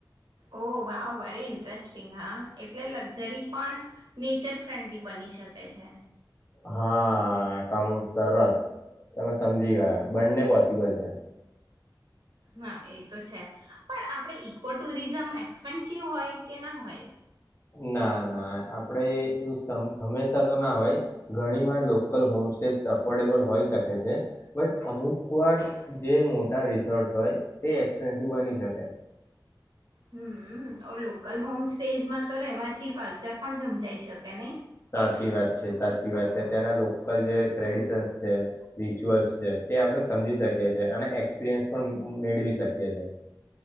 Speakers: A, on the right (about 70°); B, on the left (about 35°).
A: ઓહ વાવ વારી ઇન્ટરેસ્ટિંગ હા એટલે લક્ઝરી પણ નેચર ફ્રેન્ડલી બની શકે છે
B: હા કમ સરસ તમે સમજી ગયા બંને પોસિબલ છે
A: હા એ તો છે પણ આપણે ઈકો ટુરિઝમ એક્સપેન્સિવ હોય કે ના હોય
B: ના ના આપણેે એવું હંમેશા તો ના હોય ઘણી વાર લોકલ હોમ સેસ અફોર્ડેબલ હોય શકે છે બટ અમુક વાર જે મોટા રિસોર્ટ હોય તે એક્સપેન્સિવ બની શકે
A: હમ લોકલ હોમ સ્ટેજમાં તો રહેવાથી કલ્ચર પણ સમજાઈ શકે નહીં
B: સાચી વાત છે સાચી વાત છે ત્યાંના લોકલ જે ટ્રેડિશન્સ છે રિચ્યુઅલ્સ છે તે આપણે સમજી શકીએ છીએ અને એક્સપિરિયન્સ પણ મેળવી શકીએ છે